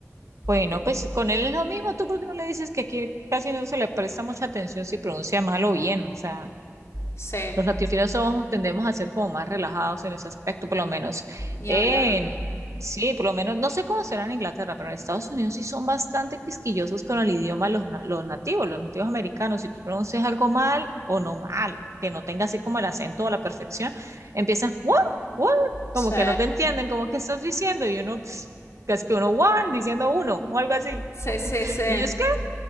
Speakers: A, on the right; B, on the left.
A: Bueno,
B: Pe-
A: pues con él es lo mismo, ¿tú por qué no le dices que aquí casi no se le presta mucha atención si pronuncia mal o bien? O sea,
B: Sí,
A: Los latinos somos- tendemos a ser como más relajados en ese aspecto, por lo menos
B: ni
A: en,
B: hablar.
A: sí, por lo menos, no sé cómo será en Inglaterra, pero en Estados Unidos sí son bastante quisquillosos con el idioma los, na- los nativos, los nativos americanos. Si tú pronuncias algo mal o no mal, que no tenga así como el acento a la perfección, empiezan, what, what,
B: Sí,
A: como que no te entienden, como que estás diciendo, y uno, pss, casi que uno, one, diciendo uno, o algo así.
B: sí, sí, sí.
A: Y yo, es